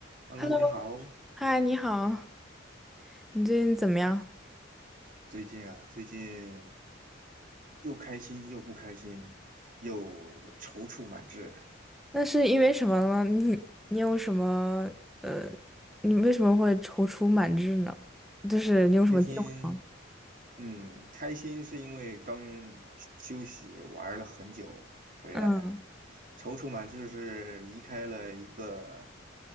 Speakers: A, on the right; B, in the centre.
A: Hello，
B: Hello，
A: 你好。
B: 嗨，你好，你最近怎么样？
A: 最近啊，最近又开心又不开心，又踌躇满志。
B: 那是因为什么呢？你你有什么呃，你为什么会踌躇满志呢？就是你有什么计划吗？
A: 开心，嗯，开心是因为刚休息玩了很久回来，
B: 嗯，
A: 踌躇满志是离开了一个